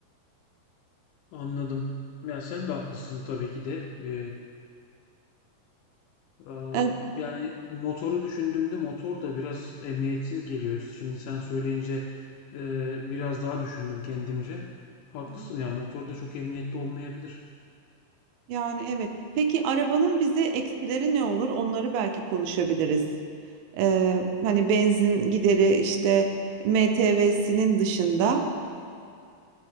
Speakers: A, on the left; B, on the right.
A: Anladım. Ya sen de haklısın tabii ki de. E, Ee,
B: E, Hı
A: Yani motoru düşündüğümde motor da biraz emniyetsiz geliyor. Şimdi sen söyleyince e, biraz daha düşündüm kendimce. Haklısın
B: hı.
A: ya motor da çok emniyetli olmayabilir.
B: Yani, evet. Peki, arabanın bize eksileri ne olur? Onları belki konuşabiliriz. Eee, hani, benzin gideri, işte, MTV'sinin dışında.